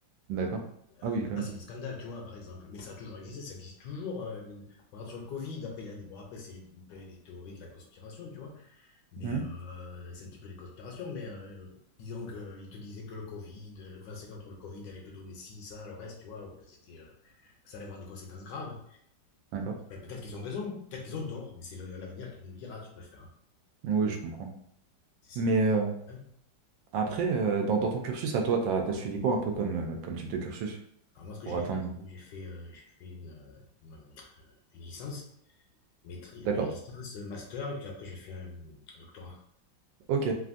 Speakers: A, on the right; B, on the left.
A: D'accord.
B: Euh,
A: Ah oui, quand
B: ça,
A: même.
B: c'est des scandales, tu vois, par exemple, mais ça a toujours existé, ça existe toujours. euh, mais- on regarde sur le Covid, après, il y a des, bon, après, c'est un peu des théories de la conspiration, tu vois, mais
A: Hmm,
B: euh, c'est un petit peu des conspirations, mais euh, disons qu'ils te disaient que le Covid, le vaccin contre le Covid allait te donner ci, ça, le reste, tu vois, ou que c'était, euh, que ça allait avoir des conséquences graves.
A: D'accord.
B: Ben, peut-être qu'ils ont raison, peut-être qu'ils ont tort, mais c'est le- l'avenir qui nous le dira, tu peux faire, hein,
A: Oui, je comprends.
B: si c'est
A: Mais
B: grave.
A: euh,
B: Hein.
A: après, euh, dans, dans ton cursus à toi, t'as, t'as suivi quoi un peu comme, euh, comme type de cursus
B: Alors moi, ce que
A: pour
B: j'ai
A: atteindre?
B: fait, c'est que j'ai fait, euh, j'ai fait une, euh, une- une licence, maîtrise,
A: D'accord.
B: ben, licence, euh, master, et puis après j'ai fait un, un doctorat.
A: Ok.